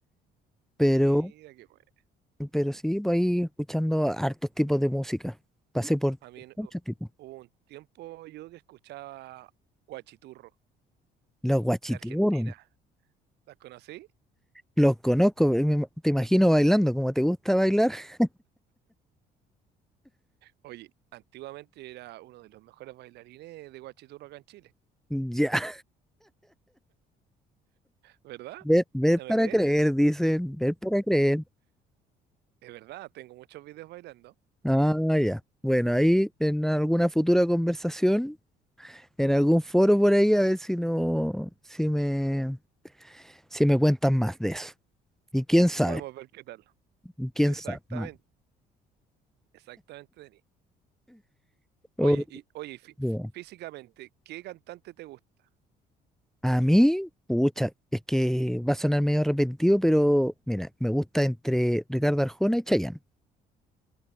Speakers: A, in the centre; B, on the right.
A: Pero,
B: Mira qué bueno.
A: pero sí, pues ahí escuchando hartos tipos de música. Pasé por
B: A mí en-
A: muchos
B: hu-
A: tipos.
B: hubo un tiempo yo que escuchaba Guachiturro
A: Los guachiturros,
B: de Argentina. ¿Las conocí?
A: los conozco. eh, me ima- te imagino bailando, como te gusta bailar. <laughs>
B: Oye, antiguamente era uno de los mejores bailarines de Guachiturro acá en Chile,
A: Ya,
B: ¿verdad?
A: ver, ver
B: ¿No
A: para
B: me crees?
A: creer, dicen, ver para creer.
B: Es verdad, tengo muchos videos bailando.
A: Ah, ya. Bueno, ahí en alguna futura conversación. en algún foro por ahí a ver si no, si me, si me cuentan más de eso. Y quién sabe,
B: Podemos ver qué tal.
A: y quién
B: Exactamente,
A: sabe. ma-
B: exactamente, Denis. Oye,
A: oh,
B: y, oye, y fí-
A: yeah.
B: físicamente, ¿qué cantante te gusta?
A: A mí, pucha, es que va a sonar medio repetitivo, pero mira, me gusta entre Ricardo Arjona y Chayanne.